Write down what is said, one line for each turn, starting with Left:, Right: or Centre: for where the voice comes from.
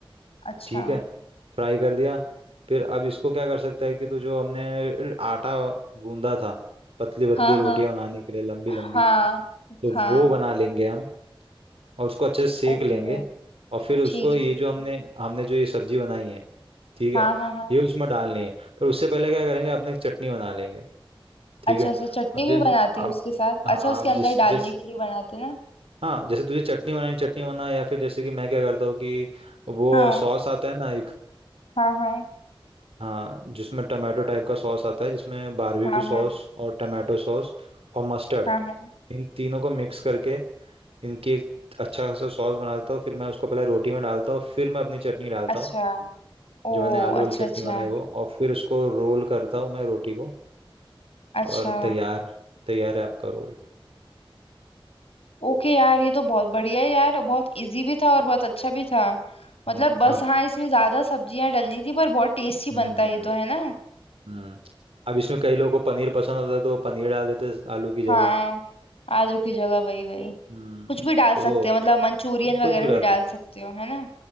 Left: अच्छा
Right: ठीक है फ्राई कर दिया फिर अब इसको क्या कर सकता है कि तू जो हमने आटा गूंदा था पतली पतली
Left: हाँ
Right: रोटियां
Left: हाँ
Right: बनाने के लिए लंबी
Left: हाँ
Right: लंबी तो
Left: हाँ
Right: वो बना लेंगे हम और उसको अच्छे से सेक
Left: ओके
Right: लेंगे और फिर उसको
Left: ठीक है
Right: ये
Left: ठीक
Right: जो हमने
Left: है
Right: हमने जो ये सब्जी बनाई है ठीक
Left: हाँ
Right: है
Left: हाँ हाँ
Right: ये उसमें डालनी है पर उससे पहले क्या करेंगे अपने एक चटनी बना लेंगे ठीक
Left: अच्छा
Right: है
Left: अच्छा चटनी
Right: अब जिस
Left: भी बनाते
Right: अब
Left: हो उसके साथ
Right: हाँ
Left: अच्छा उसके
Right: अब जिस
Left: अंदर
Right: जिस
Left: डालने के लिए बनाते ना
Right: हाँ जैसे तुझे चटनी बनानी चटनी बना या फिर जैसे कि मैं क्या करता हूँ कि वो
Left: हाँ
Right: सॉस आता है ना
Left: हाँ हाँ
Right: हाँ जिसमें टमाटो टाइप का सॉस आता है जिसमें बारबेक्यू
Left: हाँ
Right: सॉस
Left: हाँ
Right: और टमाटो सॉस और मस्टर्ड
Left: हाँ हाँ
Right: इन तीनों को मिक्स करके इनकी एक अच्छा खासा सॉस बना देता हूँ फिर मैं उसको पहले रोटी में डालता हूँ फिर मैं अपनी चटनी डालता
Left: अच्छा
Right: हूँ
Left: ओ
Right: जो मैंने आलू वाली
Left: अच्छा
Right: चटनी
Left: अच्छा
Right: बनाई वो और फिर उसको रोल करता हूँ मैं रोटी को
Left: अच्छा
Right: और तैयार तैयार है आपका रोल
Left: ओके यार ये तो बहुत बढ़िया है यार बहुत इजी भी था और बहुत अच्छा भी था मतलब
Right: हम्म,
Left: बस
Right: अब
Left: हाँ इसमें ज्यादा सब्जियां डलनी थी पर बहुत टेस्टी
Right: हम्म
Left: बनता है ये तो है ना
Right: हम्म अब इसमें कई लोगों को पनीर पसंद होता है तो वो पनीर डाल देते हैं आलू की जगह
Left: हाँ आलू की जगह वही वही
Right: हम्म
Left: कुछ भी डाल
Right: तो
Left: सकते
Right: वो
Left: हो मतलब मंचूरियन
Right: आप कुछ
Left: वगैरह
Right: भी डाल
Left: भी
Right: सकते
Left: डाल सकते हो है ना